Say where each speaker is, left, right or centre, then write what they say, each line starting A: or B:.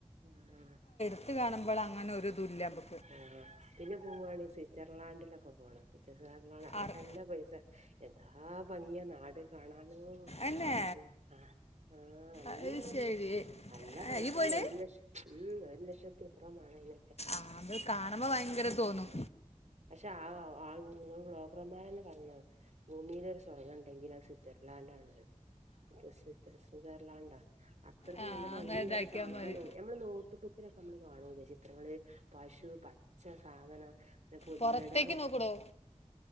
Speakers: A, on the right (about 65°); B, on the left (about 60°).
A: ആഹ്
B: ട്ട് കാണുമ്പോൾ അങ്ങനെ ഒരു ഇതും ഇല്ലപ്പൊ
A: ആഹ് പിന്നെ പോവുവാണെങ്കിൽ സ്വിറ്റ്സർലാൻഡിലൊക്കെ പോണം സ്വിറ്റ്സർലാൻഡ അയിലൊക്കെ
B: അറി
A: നല്ല പൈസ എന്താ ഭംഗിയാ നാട് കാണാനോയ്
B: എന്നെ
A: ആഹ് ആഹ് നല്ല
B: അത്
A: ഭംഗിയ
B: ശരി
A: നല്ല
B: ആ,
A: പൈസാണ്
B: ഈ പോയിന്
A: ഒരു ലക്ഷം ഉം ഒരു ലക്ഷത്തി എത്രയോ മാണം അയിൻ
B: ആഹ് അത് കാണുമ്പോ ഭയങ്കരത് തോന്നും
A: ഉം പക്ഷെ ആഹ് ആഹ് ഇങ്ങൾ ബ്ലോഗർമാരന്നെ പറഞ്ഞതാ ഭൂമിയില് ഒരു സ്വർഗ്ഗണ്ടെങ്കിൽ അത് സ്വിറ്റ്സർലാൻഡ് ആണ് ന്ന് സു സുധർലാന്റ അത്രയ്ക്കും
B: ആ
A: നല്ല ഭംഗിയുണ്ട്
B: അങ്ങനെ ഇതാക്കിയാൽ
A: അവിടെ കാണാന്
B: മതി
A: നമ്മള് നോട്ട്ബുക്കിലൊക്കെ നമ്മള് കാണുലെ ചിത്രങ്ങള് പശു പച്ച സാധന പുൽമേട്
B: പുറത്തേക്ക്
A: അങ്ങ്
B: നോക്കടോ